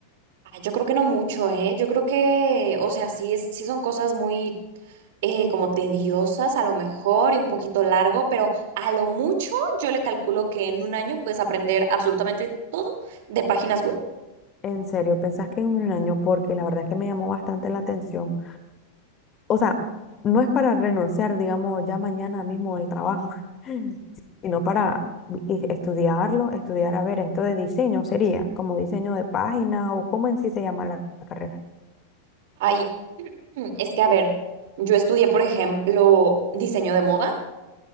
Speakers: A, on the right (about 50°); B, on the left (about 25°).
A: Ah, Yo creo que no mucho, ¿eh? Yo creo que, o sea, sí, es, sí son cosas muy eh, como tediosas a lo mejor y un poquito largo, pero a lo mucho yo le calculo que en un año puedes aprender absolutamente todo de páginas web.
B: En serio, ¿pensás que en un año? Porque la verdad es que me llamó bastante la atención. O sea, no es para renunciar, digamos, ya mañana mismo del trabajo, <laughs> sino para i- estudiarlo, estudiar, a ver, esto de diseño sería, como diseño de páginas o cómo en sí se llama la, la carrera.
A: Ay, mm, es que a ver, yo estudié, por ejemplo, diseño de moda.